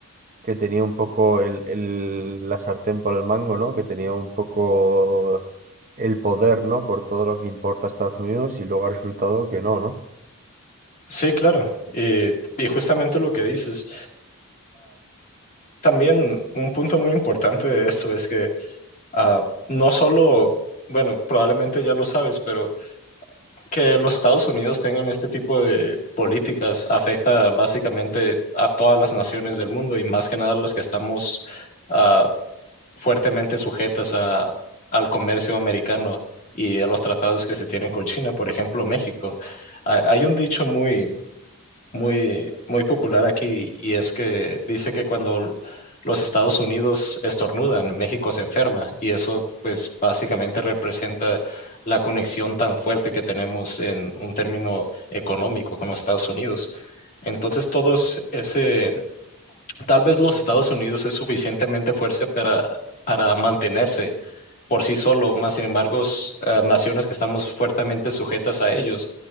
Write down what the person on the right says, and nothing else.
que tenía un poco el, el- la sartén por el mango, ¿no? Que tenía un poco el poder, ¿no? Por todo lo que importa a Estados Unidos y luego ha resultado que no, ¿no?